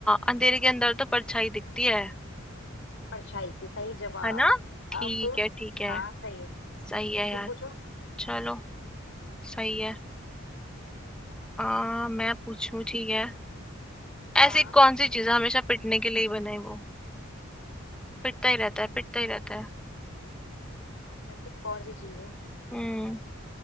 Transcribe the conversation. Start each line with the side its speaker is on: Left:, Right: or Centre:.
Centre: अंधेरे के अंदर तो परछाई दिखती है
Left: परछाई थी सही जवाब
Centre: है ना ठीक
Left: अब
Centre: है ठीक है
Left: हाँ सही है
Centre: सही है
Left: तुम
Centre: यार
Left: पूछो
Centre: चलो सही है आ, मैं पूछूं ठीक है ऐसी
Left: हाँ
Centre: कौन सी चीज हमेशा पिटने के लिए ही बनाई वो पिटता ही रहता है पिटता ही रहता है
Left: ऐसी कौन सी चीज है
Centre: हम्म